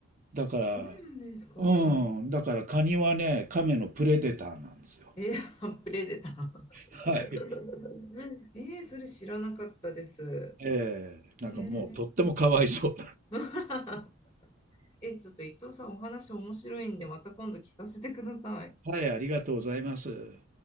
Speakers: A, on the right; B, on the left.
A: だから、
B: そうなんですか。
A: うん。だからカニはね、亀のプレデターなんですよ。
B: ええあプレデター。
A: はい。
B: <laughs> ええそれ知らなかったです。
A: ええなんかもうとってもかわいそう。
B: ええ <laughs> え、ちょっと伊藤さん、お話面白いんで、また今度聞かせてください。
A: はい、ありがとうございます。